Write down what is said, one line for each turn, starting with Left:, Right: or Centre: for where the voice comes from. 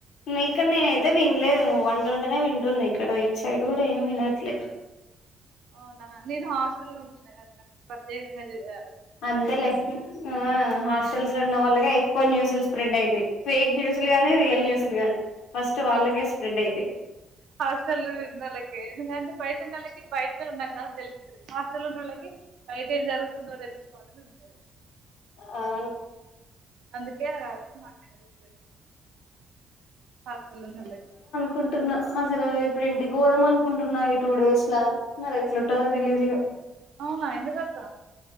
Left: ఇక్కడ నేనైతే వినలేదు నువ్వు అంటుంటేనే వింటుంది ఇక్కడ ఇటు సైడ్ కూడా ఏం వినట్లేదు
Right: అవునా నేను హాస్టల్ లో ఉంటున్నా గద ప్రత్యేకంగా దివ్య
Left: అంతేలే <unintelligible> హాస్టల్స్లో ఉన్న వాళ్ళకి ఎక్కువ న్యూస్లు స్ప్రెడ్ అయితయ్. ఫేక్ న్యూస్లు గానీ రియల్ న్యూస్లు గానీ ఫస్ట్ వాళ్ళకే స్ప్రెడ్ అయితాయ్.
Right: హాస్టల్లో ఉన్నోళ్ళకి ఎందుకంటే బయట ఉన్నోడికి బయటే ఉన్నాం కదా తెలుస్తుంది హాస్టల్లో ఉన్నోళ్లకి బయట ఏం జరుగుతుందో తెలుసుకోవాలని ఉంటది.
Left: అవును
Right: అందుకే అన్ని మాకే తేలుస్త స్తాయ్ హాస్టల్లో ఉన్నోళ్ళకి
Left: కుంటున్నా అసలు ఇప్పుడు ఇంటికి పోదాం అనుకుంటున్నా ఈ టూ డేస్ లా మరి ఎట్లుంటదో తెలియదు ఇక
Right: అవునా ఎందుకక్క